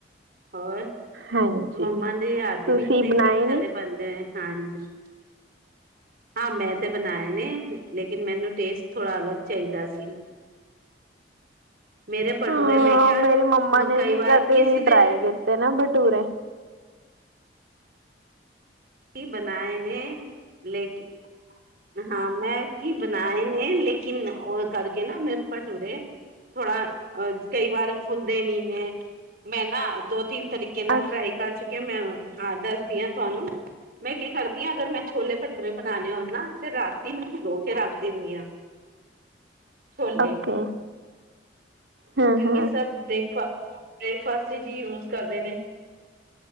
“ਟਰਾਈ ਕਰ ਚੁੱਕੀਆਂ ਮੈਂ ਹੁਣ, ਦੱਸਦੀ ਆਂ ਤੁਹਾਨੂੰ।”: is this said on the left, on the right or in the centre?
Right